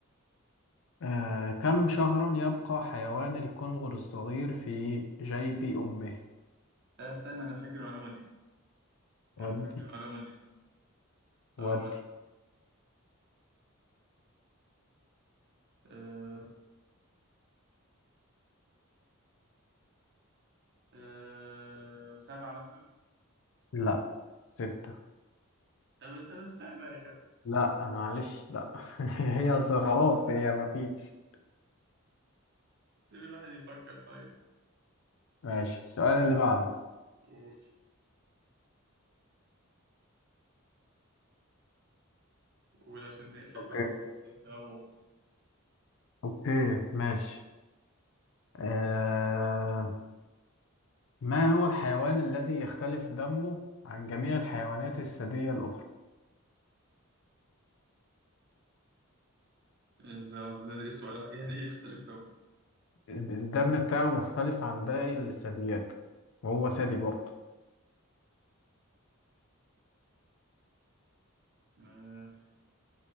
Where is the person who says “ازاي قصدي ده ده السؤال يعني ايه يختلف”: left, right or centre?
Right